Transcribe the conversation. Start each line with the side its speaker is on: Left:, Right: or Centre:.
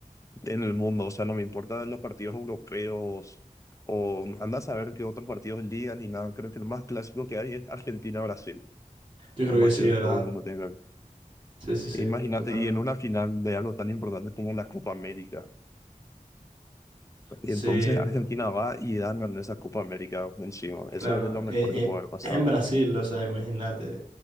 Left: en el mundo, o sea, no me importa los partidos europeos o anda a saber qué otros partidos ligan ni nada, creo que el más clásico que hay es Argentina-Brasil,
Right: Yo
Left: un
Right: creo que
Left: partido
Right: sí, ¿verdad?
Left: que todo el mundo tiene que ver.
Right: Sí, sí, sí.
Left: Imagínate,
Right: Totalmente.
Left: y en una final de algo tan importante como la Copa América. Y
Right: Sí,
Left: entonces Argentina va y ganan esa Copa América encima.
Right: claro.
Left: Eso es lo mejor
Right: eh,
Left: que pudo
Right: eh,
Left: haber pasado.
Right: en Brasil, o sea, imagínate.